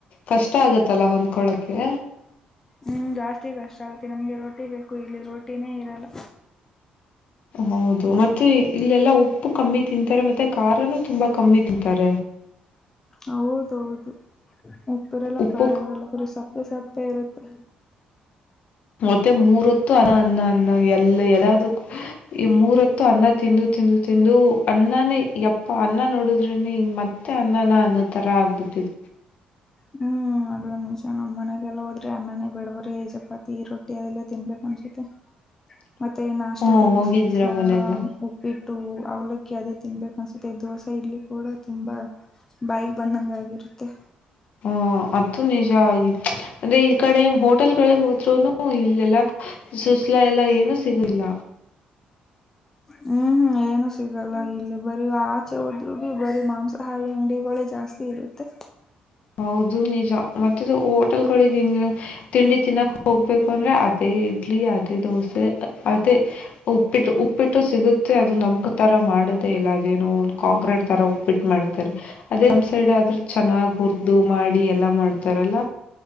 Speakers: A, on the left; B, on the left.
A: ಕಷ್ಟ ಆಗತ್ತಲ್ಲ ಹೊಂದ್ಕೊಳಕ್ಕೆೆ
B: ಹ್ಮ್ ಜಾಸ್ತಿ ಕಷ್ಟ ಆಗತ್ತೆ ನಮ್ಗೆ ರೋಟಿ ಬೇಕು ಇಲ್ಲಿ ರೋಟಿನೇ ಇರಲ್ಲ
A: ಹೌದು ಮತ್ತೆ ಇಲ್ಲೆಲ್ಲಾ ಉಪ್ಪು ಕಮ್ಮಿ ತಿಂತಾರೆ ಮತ್ತೆ ಖಾರನುೂ ತುಂಬಾ ಕಮ್ಮಿ ತಿಂತಾರೆ
B: ಹೌದೌದು ಉಪ್ಪಿರೆಲ್ಲ
A: ಉಪ್ಪು
B: ಖಾರ ಇರಲ್ಲ ಬರಿ ಸಪ್ಪೆ ಸಪ್ಪೆ ಇರುತ್ತೆ
A: ಮತ್ತೆ ಮೂರತ್ತು ಅ ಅನ್ನ ಅನ್ನ ಎಲ್ಲ ಎಲ್ಲ ಈ ಮೂರತ್ತು ಅನ್ನ ತಿಂದು ತಿಂದು ತಿಂದು ಅನ್ನನೇ ಯಪ್ಪ ಅನ್ನ ನೋಡುದ್ರ ಮತ್ತೆ ಅನ್ನನ ಅನ್ನೋ ತರ ಆಗ್ಬಿಟ್ಟಿದತ್ತು <unintelligible>
B: ಹ್ಮ್ ಅದ ಒಂದ ನಿಮಷ ನಮ್ಮ್ ಮನೆಗೆಲ್ಲ ಹೋದ್ರಿ ಅನ್ನನೇ ಬಿಡಬ್ರಿ ಚಪಾತಿ ರೊಟ್ಟಿ ಅದೆಲ್ಲ ತಿನ್ಬೇಕಕ್ ಅನ್ಸುತ್ತೆ
A: <unintelligible>
B: ಮತ್ತೆ ನಾಷ್ಟದಲ್ಲೂ
A: ಹ್ಮ ಹೋಗಿದ್ದೀರಾ
B: ಸೂಸ್ಲಾ
A: ಮನೆಗೆ
B: ಉಪ್ಪಿಟ್ಟು ಅವ್ಲಕ್ಕ ಅದೇ ತಿನ್ಬೇಕು ಅನ್ಸುತ್ತೆ ದೋಸೆ ಇಲ್ಲಿ ಕೂಡ ತುಂಬಾ ಬಾಯಿಗೆ ಬಂದಂಗ ಆಗಿರುತ್ತೆ
A: ಹಾ ಅದು ನಿಜ ಆಗಿತ್ತು ಅಂದ್ರೆ ಈ ಕಡೆ ಹೋಟೆಲ್ ಗಳಿಗೆ ಹೋದ್ರುನು ಇಲ್ಲೆಲ್ಲಾ ಸುಸ್ಲ ಎಲ್ಲ ಏನು ಸಿಗಿಲ್ಲ
B: ಹ್ಮ್ ಹ್ಮ್ ಏನು ಸಿಗಲ್ಲ ಇಲ್ಲಿ ಬರಿ ಆಚೆ ಹೋದ್ರು ಬಿ ಬರೀ ಮಾಂಸ ಆಹಾರಿ ಹಂಡಿಗಳೇ ಜಾಸ್ತಿ ಇರುತ್ತೆ
A: ಹೌದು ನಿಜ ಮತ್ತೆದು ಹೋಟೆಲ್ಗಳಿಗೆ ಹಿಂಗ ತಿಂಡಿ ತಿನ್ನಕ್ ಹೋಗ್ಬೇಕು ಅಂದ್ರೆ ಅದೇ ಇಡ್ಲಿ ಅದೇ ದೋಸೆ ಅದೇ ಉಪ್ಪಿಟ್ಟು ಉಪ್ಪಿಟ್ಟು ಸಿಗುತ್ತೆ ಅದು ನಮ್ ತರ ಮಾಡೋದೇ ಇಲ್ಲ ಅದೇನೋ ಒಂದು ಕಾಂಕ್ರೀಟ್ ತರ ಉಪ್ಪಿಟ್ಟ ಮಾಡ್ತಾರೆ ಅದೇ ನಮ್ ಸೈಡ್ ಆದ್ರೆ ಚೆನ್ನಾಗ ಹುರ್ದು ಮಾಡಿ ಎಲ್ಲ ಮಾಡ್ತಾರಲ್ಲ